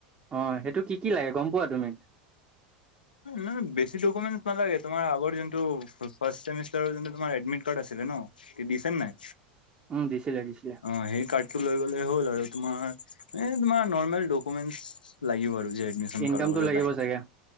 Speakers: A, on the right; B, on the left.
A: অঁ এইটো কি কি লাগে গম পোৱা তুমি?
B: না বেছি ডকুমেন্ট নালাগে তোমাৰ আগৰ যোনটোৰ ফাষ্ট ছেমিষ্টাৰৰ যোনটো তোমাৰ এডমিট কাৰ্ড আছিলে ন দিছে নে নাই?
A: উম দিছিলে দিছিলে
B: অঁ, সেই কাৰ্ড টো লৈ গ'লে হ'ল, আৰু তোমাৰ এ তোমাৰ নৰ্মেল ডকুমেন্ট লাগিব আৰু। এডমিছন
A: ইনকামটো
B: কৰাবোলে
A: লাগিব
B: নাই?
A: চাগে